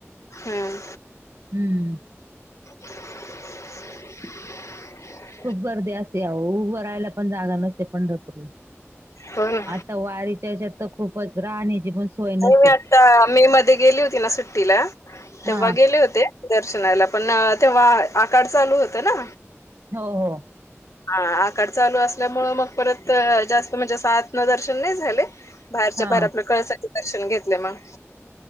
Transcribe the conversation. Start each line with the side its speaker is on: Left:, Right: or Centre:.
Left: हम्म.
Right: हह.
Left: <unintelligible>
Right: खूप गर्दी असते, आहो उभे राहायला पण जागा नसते, पंढरपूरला.
Left: हो ना.
Right: त्या वारीच्या ह्याच्यात. तर खूपच राहण्याची पण सोय नसते
Left: हो मी आता मे मध्ये गेली होती ना सुट्टीला. तेव्हा
Right: हा
Left: गेले होते दर्शनाला, पण तेव्हा आकाड चालू होत ना.
Right: हो, हो.
Left: ह आकाड चालू असल्यामुळे, मग परत जास्त म्हणजे, अस आतन दर्शन नाही झाले. बाहेरच्या,
Right: हा
Left: बाहेर आपल्या कळसाचे दर्शन घेतले मग.